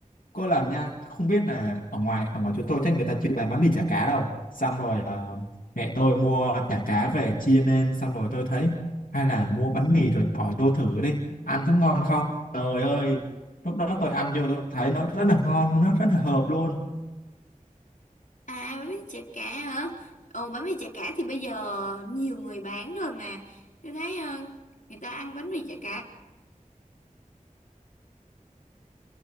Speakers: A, on the left; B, on the left.
A: có lần nha không biết là ở ngoài ở ngoài chỗ tôi chắc người ta chưa bán bánh mì chả cá đâu xong rồi ờ, mẹ tôi mua chả cá về chia lên xong rồi tôi thấy hay là mua bánh mì rồi bỏ vô thử đi ăn có ngon không trời ơi lúc đó tôi ăn vô tôi thấy nó rất là ngon luôn nó rất là hợp luôn
B: À bánh mì chả cá hả? Ồ bánh mì chả cá thì bây giờ nhiều người bán rồi mà. Tôi thấy ờ, người ta ăn bánh mì chả cá,